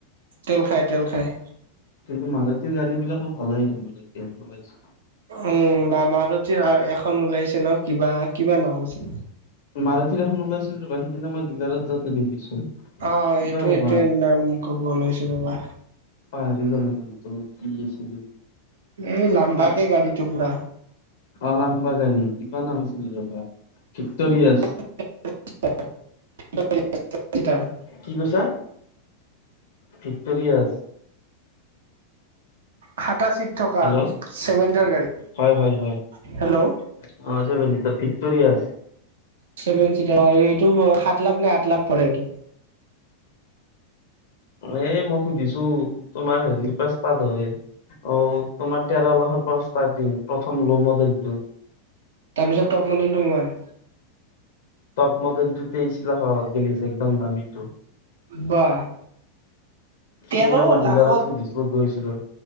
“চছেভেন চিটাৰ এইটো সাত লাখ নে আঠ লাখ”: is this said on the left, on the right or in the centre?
Right